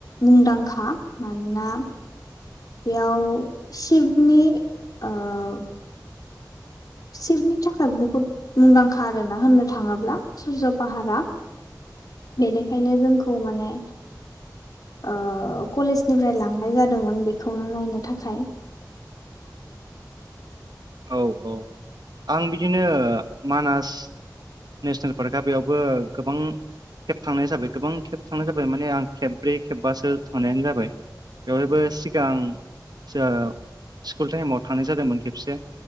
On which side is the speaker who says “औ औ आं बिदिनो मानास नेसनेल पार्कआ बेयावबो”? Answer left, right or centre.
Right